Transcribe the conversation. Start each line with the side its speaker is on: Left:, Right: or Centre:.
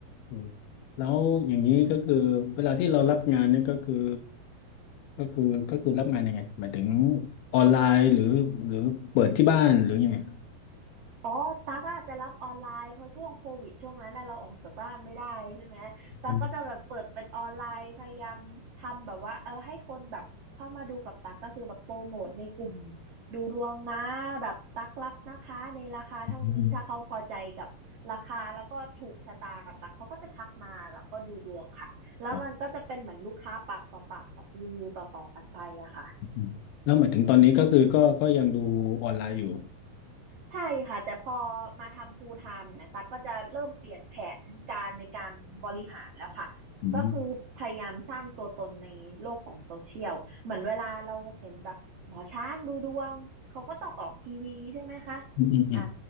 Left: อืมแล้วอย่างนี้ก็คือเวลาที่เรารับงานเนี่ยก็คือก็คือก็คือรับงานยังไงหมายถึงออนไลน์หรือหรือเปิดที่บ้านหรือยังไง
Right: อ๋อตั๊กอาจจะรับออนไลน์เพราะช่วงโควิดช่วงนั้นน่ะเราออกจากบ้านไม่ได้ใช่ไหมตั๊กก็จะแบบเปิดเป็นออนไลน์พยายามทำแบบว่าเออให้คนแบบเข้ามาดูกับตั๊กก็คือแบบโปรโมทในกลุ่ม
Left: อืม
Right: ดูดวงนะแบบตั๊กรับนะคะในราคาเท่านี้ถ้าเขาพอใจกับราคาแล้วก็ถูกชะตากับตั๊กเขาก็จะทักมาแล้วก็ดูดวงค่ะแล้วมันก็จะเป็นเหมือนลูกค้าปากต่อปากแบบรีวิวต่อๆกันไปอะค่ะ
Left: อืมอ๋ออืมแล้วหมายถึงตอนนี้ก็คือก็ก็ยังดูออนไลน์อยู่
Right: ใช่ค่ะแต่พอมาทำ full time เนี่ยตั๊กก็จะเริ่มเปลี่ยนแผนการในการบริหารแล้วค่ะก็คือพยายามสร้างตัวตนในโลกของโซเชียลเหมือนเวลาเราเห็นแบบหมอช้างดูดวงเขาก็ต้องออกทีวีใช่ไหมคะ
Left: อืมอืมอืมอื
Right: อ่า